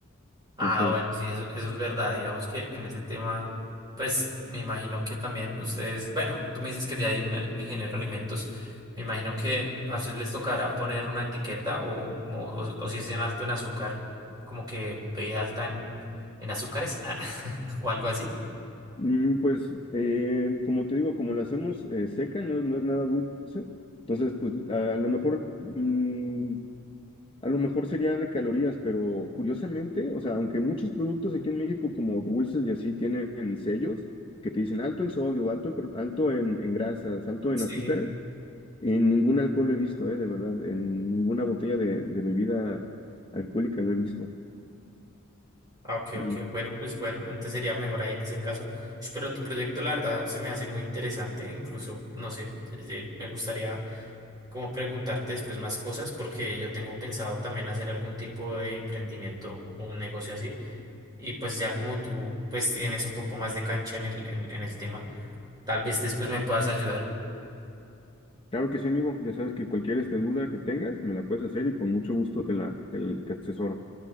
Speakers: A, on the right; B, on the left.
A: Ah,
B: Entonces...
A: bueno, sí, eso, eso es verdad. Digamos que en ese tema, pues me imagino que también ustedes, bueno, tú me dices que ya hay un, un ingeniero de alimentos, me imagino que a ustedes les tocará poner una etiqueta o como, o, o si es en alto en azúcar, como que ve alta en, en azúcares ah, <laughs> o algo así.
B: Mm, Pues, eh, como te digo, como la hacemos eh, seca, no, es- no es nada dulce, entonces, pues, a, lo mejor, mm, a lo mejor sería de calorías, pero curiosamente, o sea, aunque muchos productos aquí en México, como dulces y así, tienen sellos que te dicen alto en sodio, alto en, pro- alto en, en grasas, alto en
A: Sí.
B: azúcares, en ningún alcohol he visto, eh, de verdad, en ninguna botella de, de bebida alcohólica lo he visto.
A: Ah, ok,
B: Y,
A: ok. Bueno, pues bueno, antes sería mejor ahí en ese caso. Ush, Pero tu proyecto, la verdad, se me hace muy interesante. Incluso, no sé, eh, me gustaría como preguntarte después más cosas porque yo tengo pensado también hacer algún tipo de emprendimiento o un negocio así y pues ya como tú pues tienes un poco más de cancha en el, en, en el tema, tal vez después me puedas ayudar.
B: Claro que sí, amigo. Ya sabes que cualquier este duda que tengas, me la puedes hacer y con mucho gusto te la, te, la- te asesoro.